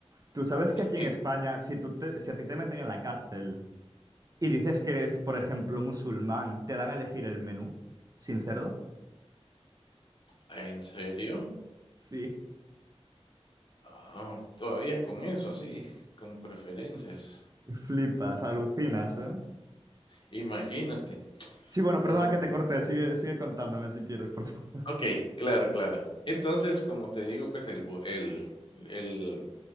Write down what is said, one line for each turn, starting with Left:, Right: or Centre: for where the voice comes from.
Right: Tú sabes que aquí
Left: ¿Y
Right: en España, si, tú te- si a ti te meten en la cárcel y dices que eres, por ejemplo, musulmán, te dan a elegir el menú sin cerdo.
Left: en serio?
Right: Sí.
Left: Ah, todavía con eso, así, con preferencias.
Right: Flipas, alucinas, ¿eh?
Left: Imagínate.
Right: Sí, bueno, perdona
Left: Oh,
Right: que te corté, sigue, sigue contándome si quieres, por favor.
Left: okey, claro, claro. Entonces, como te digo, pues, el bo el el